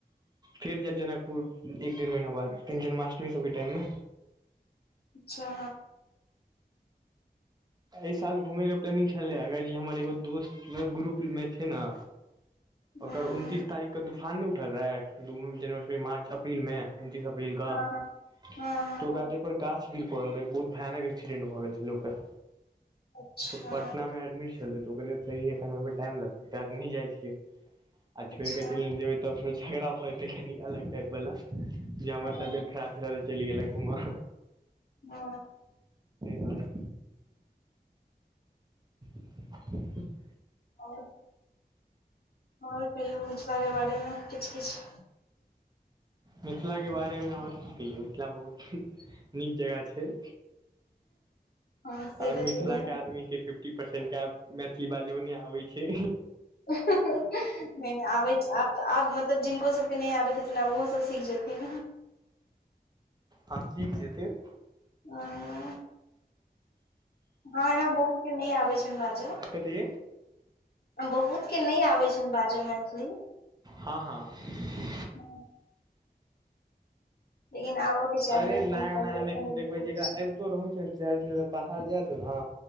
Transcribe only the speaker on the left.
अच्छा।
हँ
हँ
हँ हँ
अच्छा
अच्छा
हँ
ओ
और। और कहियौ मिथला के बारेमे किछ-किछ।
हँ से
तऽ छैहे
<inaudible> नैय नैय आबै छै आब तऽ आब मतब जिनको सबके नै आबैत हेथिन आब ओहो सब सीख जेथिन।
अ हँ एमे बहुत के नै आबै छैन बाजऽ।
बहुत के नै आबै छैन बाजऽ मैथिली।
हँ, लेकिन आबऽ के चाही
अपन कल्चर